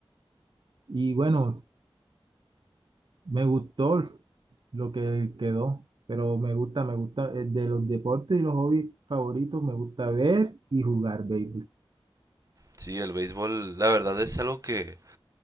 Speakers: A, on the right; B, on the right.
A: Y bueno, me gustó lo que quedó, pero me gusta, me gusta, eh, de los deportes y los hobbies favoritos, me gusta ver y jugar béisbol.
B: Sí, el béisbol, la verdad es algo que